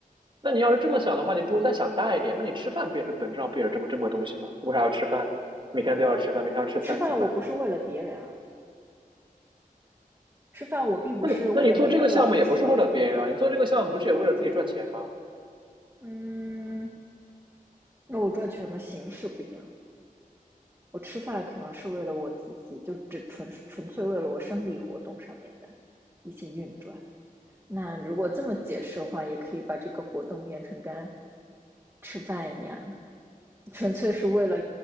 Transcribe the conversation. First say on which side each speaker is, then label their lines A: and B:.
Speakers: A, on the right (about 35°); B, on the right (about 15°).
A: 那你要是这么想的话，你不如再想大一点。那你吃饭不也是本质上不也是这么这么个东西吗？为啥要吃饭每天都要吃饭，每天要吃三次饭。
B: 吃饭我不是为了别人啊，吃饭我并不是为了别人劳作呀，
A: 那你那你做这个项目也不是为了别人啊，你做这个项目不是也为了自己赚钱吗？
B: 嗯，那我赚钱的形式不一样，我吃饭可能是为了我自己，就只纯纯粹为了我生理活动上面的一些运转。那如果这么解释的话，也可以把这个活动变成跟吃饭一样，纯粹是为了